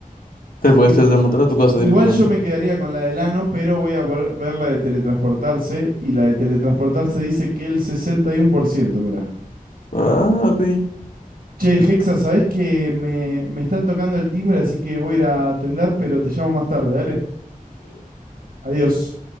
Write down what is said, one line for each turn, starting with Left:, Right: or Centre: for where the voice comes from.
Left: Te puedes
Right: I-
Left: teletransportar a tu casa
Right: Igual
Left: directamente.
Right: yo me quedaría con la del ano, pero voy a ver, ver la de teletransportarse y la de teletransportarse dice que el 61%, mira.
Left: Papi.
Right: Che, Hexa, ¿sabés que me, me están tocando el timbre, así que voy a ir a atender, pero te llamo más tarde, dale. Adiós.